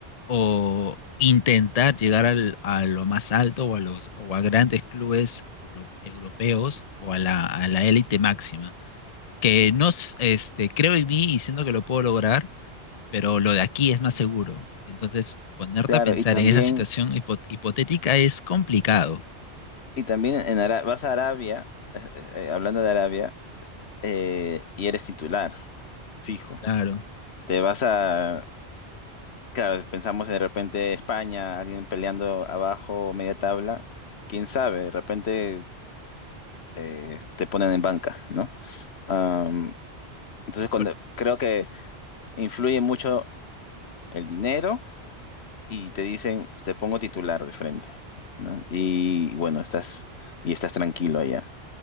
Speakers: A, on the left; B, on the left.
A: o intentar llegar al, a lo más alto o a los o a grandes clubes euro- europeos o a la, a la élite máxima. Que no, s- este, creo en mí y siento que lo puedo lograr, pero lo de aquí es más seguro. Entonces, ponerte
B: Claro,
A: a pensar
B: y también,
A: en esa situación hipo- hipotética es complicado.
B: y también en Ara- vas a Arabia, eh, eh, eh, hablando de Arabia. eh, y eres titular, fijo.
A: Claro,
B: Te vas a, claro, pensamos de repente España, alguien peleando abajo, media tabla, quién sabe, de repente eh, te ponen en banca, ¿no? Am, entonces cuando,
A: Por-
B: creo que influye mucho el dinero y te dicen, te pongo titular de frente, ¿no? Y bueno, estás, y estás tranquilo allá.